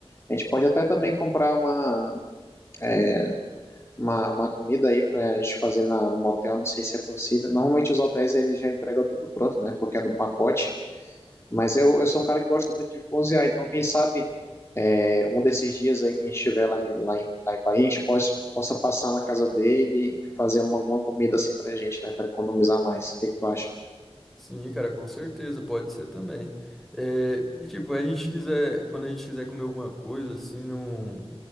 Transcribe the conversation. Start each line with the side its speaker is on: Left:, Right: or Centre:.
Left: A gente pode até também comprar uma, é, uma, uma comida aí para a gente fazer na, no hotel, não sei se é possível. Normalmente os hotéis eles já entregam tudo pronto, né? Porque é no pacote. Mas eu, eu sou um cara que gosta muito de cozinhar, então quem sabe é, um desses dias aí que a gente estiver lá em, lá em, lá em Bahia, a gente possa, possa passar na casa dele e fazer uma, uma comida assim pra gente, né? Pra economizar mais. O que que tu acha?
Centre: Sim, cara, com certeza, pode ser também. É, e tipo, a gente quiser, quando a gente quiser comer alguma coisa, assim, num,